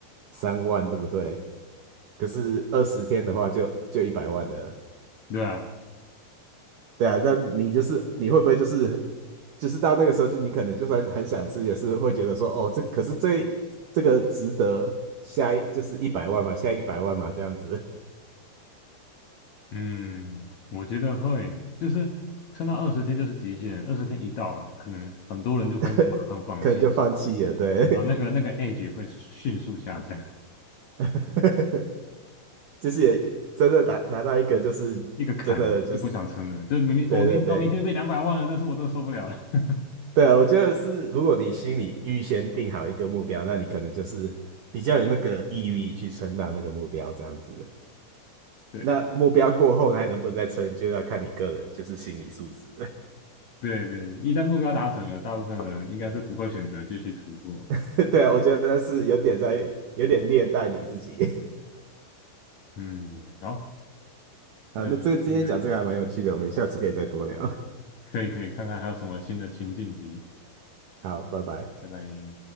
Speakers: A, on the right (about 80°); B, on the left (about 85°).
A: 三万，对不对？可是二十天的话就就一百万了。
B: 对啊。
A: 对啊，那你就是你会不会就是就是到那个时候，就你可能就算很想吃，也是会觉得说，哦，这可是这这个值得下一就是一百万嘛，下一百万嘛，这样子，
B: 嗯，我觉得会，就是撑到二十天就是极限，二十天一到了，可能很多人就会马上放弃了，
A: <laughs> 可能就放弃了。对，
B: 然后那个那个 edge 会迅速下降，
A: <laughs> 就是也真的拿拿到一个，就是真的就是
B: 一个坎就不想撑了，就是明明我明知道明天被两百万了，
A: 对对对
B: 但是我都受不了了。<laughs>
A: 对啊，我觉得是，如果你心里预先定好一个目标，那你可能就是比较有那个毅力去撑到那个目标，这样子。
B: 对
A: 那目标过后，还能不能再撑，就要看你个人，就是心理素质。
B: 对对，一旦目标达成了，大部分人应该是不会选择继续突破。
A: <laughs> 对啊，我觉得是有点在，有点虐待你自己。
B: 嗯，好，
A: <laughs> 好，
B: 嗯，
A: 那这个今天讲这个还蛮有趣的，
B: 这个
A: 我们下次可以再多聊。
B: 可以可以看看还有什么新的情境题，
A: <laughs> 好，拜拜。
B: 拜拜。